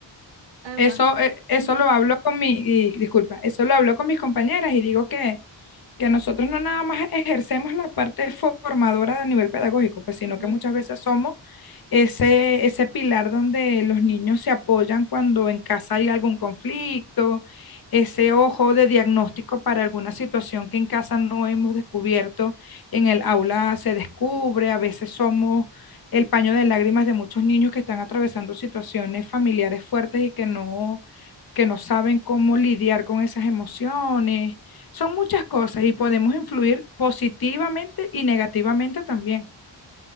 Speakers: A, on the right (about 80°); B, on the left (about 55°).
A: además.
B: Eso, eh, eso
A: Ujú,
B: lo hablo con mi, y disculpa, eso lo hablo con mis compañeras y digo que, que nosotros no nada más ejercemos la parte formadora a nivel pedagógico, pues, sino
A: ujú.
B: que muchas veces somos ese, ese pilar donde los niños se apoyan cuando en casa hay algún conflicto, ese ojo de diagnóstico para alguna situación que en casa no hemos descubierto, en el aula se descubre, a veces somos el paño de lágrimas de muchos niños que están atravesando situaciones familiares fuertes y que no, que no saben cómo lidiar con esas emociones. Son muchas cosas y podemos influir positivamente y negativamente también.